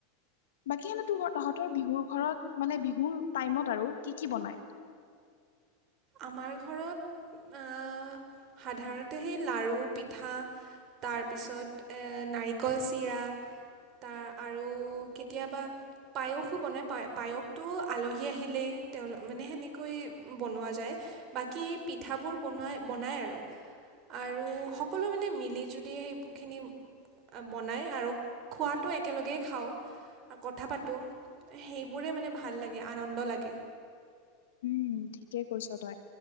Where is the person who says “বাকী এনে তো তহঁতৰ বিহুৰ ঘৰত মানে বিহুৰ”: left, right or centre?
Left